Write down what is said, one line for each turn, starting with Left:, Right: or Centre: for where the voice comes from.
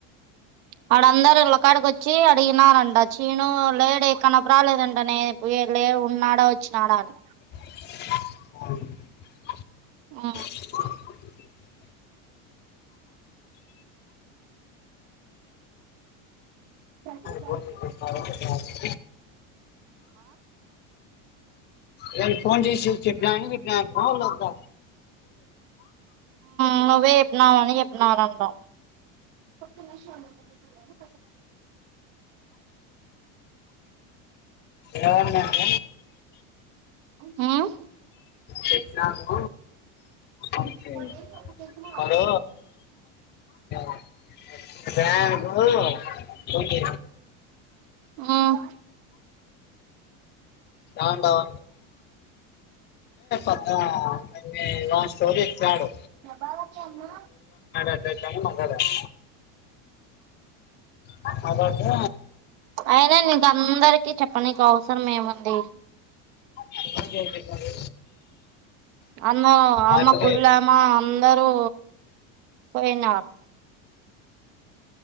Right: వాడందర ఇళ్ళకాడికి వచ్చి అడిగినారండి ట చీను లేడు ఎక్కన రాలేదంట నేను పో లే ఉన్నాడా వచ్చినాడా అని
Left: హ్మ్
Right: ఆ
Left: <unintelligible>
Right: ఆ <unintelligible>
Left: ఫోన్ చేసి చెప్తారు. నేను ఫోన్ చేసి చెప్పినా అని చెప్పినా ఫోన్ వద్దా
Right: ఆనువ్వే చెప్పినావు అని చెప్పినాడు అంటా ఒక్క నిమిషం ఉండు
Left: ఏమన్నారు
Right: మ్మ్
Left: చెప్పినాను అంటే
Right: వాడు ఏం తప్పు చేసినా
Left: వాడు ఆ, బ్యాగు ఉంది
Right: ఉమ్
Left: ఏడున్నావ్ అంటే అంటే లాస్ట్ స్టోరీ సాడ్
Right: మ్మ్
Left: అంటే కానీ మాట్లాడాడు మాట్లాడితే
Right: అయినా నీకుఅందరికిీ చెప్పనికి అవసరం ఏముంది
Left: అందరూ చేసేసారు.
Right: అమ్మా అమ్మ
Left: అప్పుడే
Right: గుళ్ళమ అందరూ పోయినార్